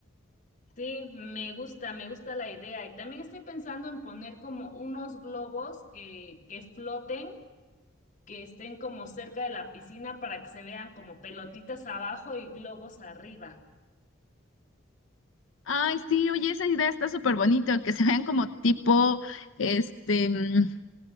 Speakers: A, on the left; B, on the left.
A: Sí, me gusta, me gusta la idea. Y también estoy pensando en poner como unos globos que, que floten, que estén como cerca de la piscina para que se vean como pelotitas abajo y globos arriba.
B: Ay, sí, oye, esa idea está súper bonito, que se vean como tipo, este, mm,